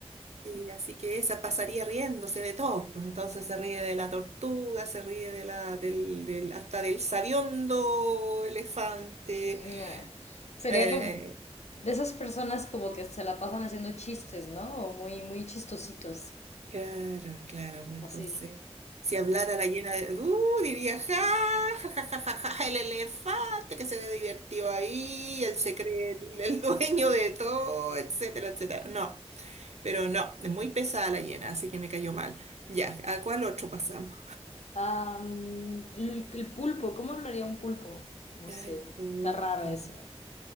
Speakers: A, on the right; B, on the left.
A: Sí, así que esa pasaría riéndose de todos, pues entonces se ríe de la tortuga, se ríe de la, del, del- hasta del sabiondo elefante.
B: Mm, Nah. Sería
A: eh,
B: como de esas personas como que se la pasan haciendo chistes, ¿no? O muy, muy chistositos.
A: Claro, claro, pues
B: Así.
A: entonces, si hablara la llena de, uh, diría, ja, ja, ja, ja, ja, ja, el elefante que se divirtió ahí, él se cree el, el dueño de todo, etcétera, etcétera. No, pero no, es muy pesada la llena, así que me cayó mal. Ya, ¿a cuál otro pasamos?
B: Ah, mm, el, el pulpo, ¿cómo hablaría un pulpo? No
A: Ya,
B: sé.
A: El pulpo,
B: Está raro ese.